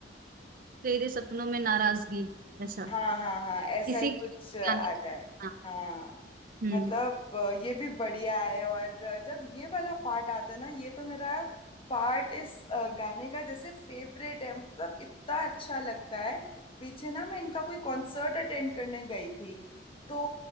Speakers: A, on the right; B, on the left.
A: तेरे सपनों में नाराजगी ऐसा
B: हाँ हाँ हाँ ऐसा
A: इसी
B: ही कुछ अ,
A: गाने
B: आता
A: का
B: है
A: हाँ
B: हाँ
A: हम्म
B: मतलब अ, ये भी बढ़िया है और अ, जब ये वाला पार्ट आता है ना ये तो मेरा पार्ट इस अ, गाने का जैसे फेवरेट है मतलब इतना अच्छा लगता है पीछे ना मैं इनका कोई कॉन्सर्ट अटेंड करने गई थी तो